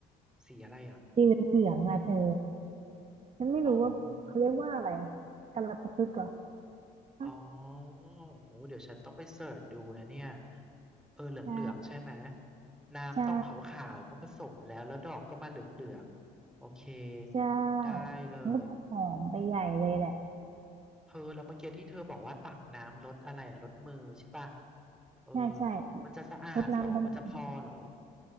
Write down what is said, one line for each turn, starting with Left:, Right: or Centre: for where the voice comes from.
Centre: สีอะไรอ่ะ
Right: สีเหลืองๆอ่ะเธอฉันไม่รู้ว่าเขาเรียกว่าอะไร
Centre: อ๋อ
Right: กัลปะพฤกษ์เหรออ่ะ
Centre: อ๋อโอ้เดี๋ยวฉันต้องไปเสิร์ชดูนะเนี่ยเออเหลืองๆใช่ไหม
Right: ใช่
Centre: น้ำต้องขาวๆเพราะผสมแล้วแล้วดอกก็มาเหลืองๆโอเค
Right: ใช่ใช่มันก็จะหอมไปใหญ่เลยแหละ
Centre: ได้เลยเธอแล้วเมื่อกี้ที่เธอบอกว่าตักน้ำลดอะไรอะลดมือใช่ป่ะเออ
Right: ใช่ใช่
Centre: มันจะสะอาดเหรอมันจะพอเหรอ
Right: รดน้ำดำหัว